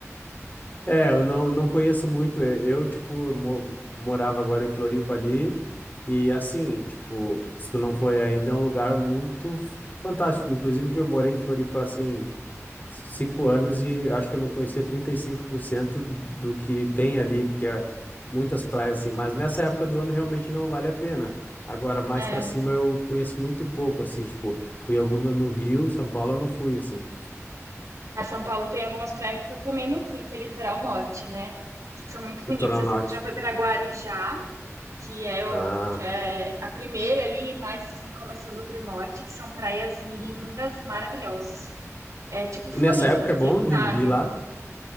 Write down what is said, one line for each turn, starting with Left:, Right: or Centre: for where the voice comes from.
Left: É, eu não, não conheço muito. é, Eu, tipo, eu mo- morava agora em Floripa ali. E assim, tipo, se tu não foi ainda, é um lugar muito f- fantástico. Inclusive, eu morei em Floripa, assim, cinco anos e acho que eu não conhecia 35% do que tem ali, porque é muitas praias, assim. Mas nessa época do ano realmente não vale a pena. Agora, mais
Right: <laughs>
Left: pra cima, eu conheço muito pouco, assim, tipo, fui alguma no Rio, São Paulo eu não fui, assim,
Right: Ah, São Paulo tem algumas praias que eu também não fui, que é litoral norte, né? Que são muito bonitas.
Left: litoral
Right: Eu
Left: norte.
Right: fui- já fui para Guarujá, que é, o,
Left: Ah.
Right: que é a primeira ali, mais assim, começando para o norte, que são praias lindas, maravilhosas. É tipo Floripa,
Left: E nessa época
Right: assim,
Left: é bom de,
Right: sabe?
Left: de ir lá?